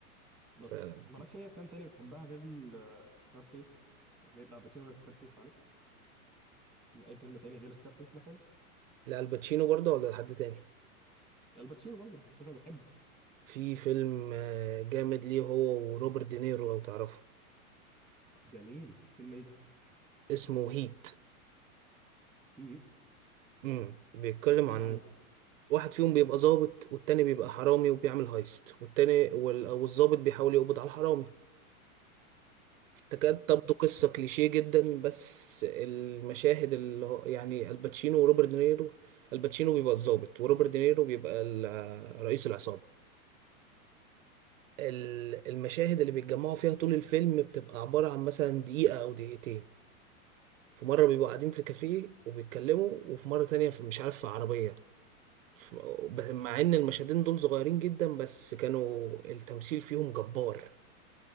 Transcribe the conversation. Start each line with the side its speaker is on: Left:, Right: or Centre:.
Centre: بس
Right: فعلا
Centre: مالكش أي أفلام تاني بتحبها غير سكارفيس غير لا باتشينو غير سكارفيس معلش يعني أي فيلم تاني غير سكارفيس مثلا
Right: الباتشينو برضه ولا لحد تاني
Centre: الباتشينو برضه شكلك بتحبه
Right: في فيلم آه، جامد ليه هو وروبرت دينيرو لو تعرفه
Centre: جميل فيلم إيه ده؟
Right: اسمه هيت
Centre: هيت
Right: امم بيتكلم
Centre: احكي
Right: عن
Centre: لي عنه
Right: واحد فيهم بيبقى ظابط والتاني بيبقى حرامي وبيعمل هايست والتاني وال- والظابط بيحاول يقبض على الحرامي تكاد
Centre: مهم.
Right: تبدو قصة كليشيه جدا بس المشاهد اللي هو يعني الباتشينو وروبرت دينيرو الباتشينو بيبقى الضابط وروبرت دينيرو بيبقى ال- آه، رئيس العصابة ال- المشاهد اللي بيتجمعوا فيها طول الفيلم بتبقى عبارة عن مثلا دقيقة أو دقيقتين في مرة بيبقوا قاعدين في كافيه وبيتكلموا وفي مرة تانية في مش عارف في عربية ف- ب- مع إن المشهدين دول صغيرين جدا بس كانوا التمثيل فيهم جبار